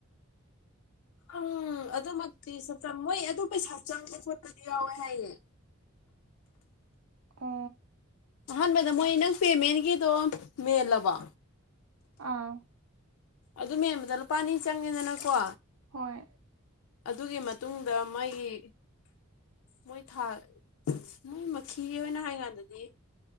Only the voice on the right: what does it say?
ꯑ
ꯑꯥ
ꯍꯣꯏ